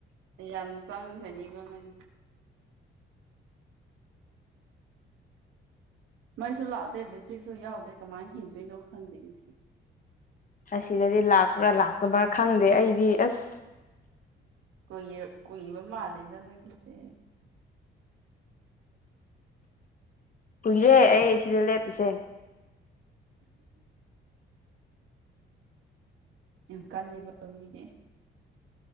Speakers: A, on the right (about 85°); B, on the left (about 40°).
A: ꯌꯥꯝ ꯆꯥꯡꯈꯅꯤꯒ ꯅꯪ ꯃꯩꯁꯨ ꯂꯥꯛꯗꯦ ꯕꯦꯇ꯭ꯔꯤꯁꯨ ꯌꯥꯎꯗꯦ ꯀꯃꯥꯏꯅ ꯍꯤꯡꯗꯣꯏꯅꯣ ꯈꯪꯗꯦ ꯉꯁꯤ
B: ꯑꯁꯤꯗꯗꯤ ꯂꯥꯛꯄ꯭ꯔꯥ ꯂꯥꯛꯇꯕ꯭ꯔꯥ ꯈꯪꯗꯦ ꯑꯩꯗꯤ ꯑꯁ
A: ꯀꯨꯏ ꯀꯨꯏꯕ ꯃꯥꯜꯂꯤꯦꯗ ꯅꯪꯒꯤꯁꯦ
B: ꯀꯍꯤꯔꯦ ꯑꯩ ꯁꯤꯗꯦ ꯄꯤꯁꯦ
A: ꯌꯥꯝ ꯀꯜꯂꯤꯒꯃꯦ